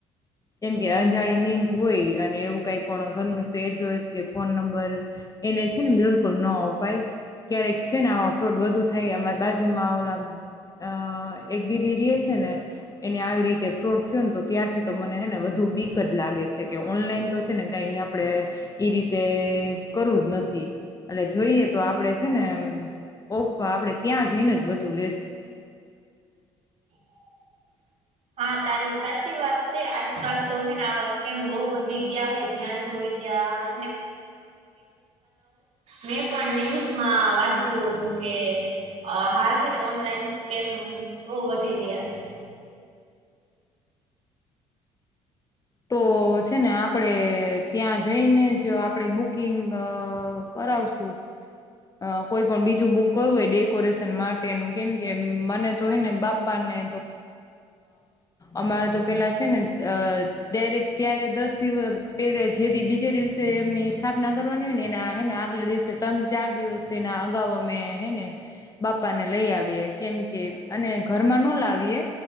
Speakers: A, on the left (about 25°); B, on the right (about 55°).
A: કેમ કે અંજાણી લિંક હોય અને એવું કઈ પણ ઘરનું એડ્રેસ કે ફોન નંબર. એને છે ને બિલકુલ ન અપાય. ક્યારેક છે ને અફરોડ વધુ થાય અમારા બાજુમાં ઓમ. અ એક દીદી ર છે ને, એને આવી રીતે ફ્રોટ થયો ને તો ત્યારથી તો મને વધું બીક જ લાગે છે કે ઓનલાઈન તો છે ને કઈ આપડે, ઈ રીતે કરું જ નથી. એટલે જોઈએ તો આપડે છે ને ઓપ આપણેે ત્યાં જઈને જ બધું લેશું.
B: <inaudible> હા તારી સાચી વાત છે આજકાલ તો હેને આવા સ્કેમ બહુ વધી ગયા હે જ્યાં જો થ હોય મેં પણ ન્યૂઝમાં વાંચ્યું હતું. હ ઓનલાઇન બોવ વધી રહ્યા છે.
A: તો છે ને આપડે ત્યાં જઈને જ આપણેે બુકિંગ કરાવસું. અ કોઈ પણ બીજું બુક કરવું હોય ડેકોરેશન માટેનું કેમ કે મને તો હેને બાપા ને અમારે, તો પેલા છે ને ડરેક ત્યારે દસ દિવસ પ જે બીજે દિવસે એમની સ્થાપના કરવાની હોય ને એનાને આગલા દિવસે તંગ ચાર દિવસ એના અગાઉ અમે હેને, બાપાને લઈ આવીએ કેમ કે અને ઘરમાં ન લાવીએ.